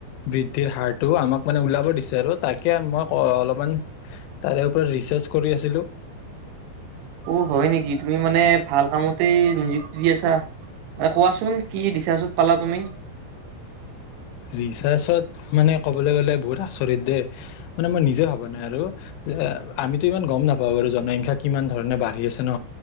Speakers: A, on the left; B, on the right.
A: বৃদ্ধিৰ হাৰটো আমাক মানে ওলাব দিছে আৰু তাকে মই অলপমান তাৰে ওপৰত ৰিচাৰ্চ কৰি আছিলোঁ
B: অ হয় নেকি তুমি মানে ভাল কামতে নিযুক্তি দি আছা মানে কোৱাচোন কি দিছাচত পালা তুমি
A: ৰিচাৰ্চত মানে কবলৈ গলে বহুত আচৰিত দেই মানে মই নিজে ভবা নাই আৰু যে আমিতো ইমান গম নাপাওঁ বাৰু জনসংখ্যা কিমান ধৰণে বাঢ়ি আছে ন